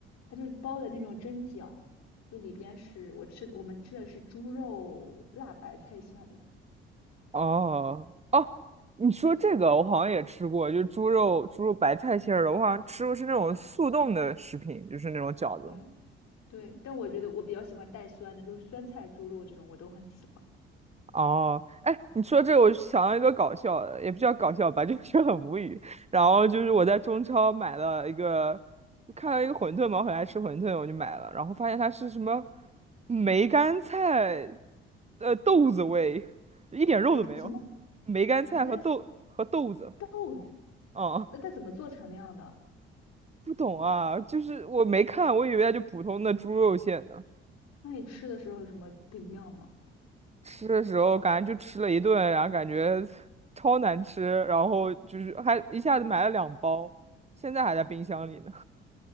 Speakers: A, on the left; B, on the right.
A: 它就是包的那种蒸饺，就里边是我吃我们吃的是猪肉辣白菜馅儿的，
B: 哦哦，你说这个我好像也吃过，就是猪肉猪肉白菜馅儿的，我好像吃过是那种速冻的食品，就是那种饺子。
A: 对对，但我觉得我比较喜欢带酸的，就是酸菜猪肉这种我都很喜欢。
B: 哦，哎，你说这个我想到一个搞笑的，也不叫搞笑吧，
A: 嗯，
B: <laughs> 就是很无语。然后就是我在中超买了一个，看到一个馄饨嘛，我很爱吃馄饨，我就买了，然后发现它是什么梅干菜，呃，豆子味，一点肉都没有，
A: 梅干什么？
B: 梅干菜和豆和豆子，
A: 梅干是豆子，
B: 嗯
A: 那它怎么做成那样的？
B: 不懂啊，就是我没看，我以为它就普通的猪肉馅呢。
A: 那你吃的时候有什么不一样吗？
B: 吃的时候感觉就吃了一顿，然后感觉 <laughs> 超难吃，然后就是还一下子买了两包，现在还在冰箱里呢。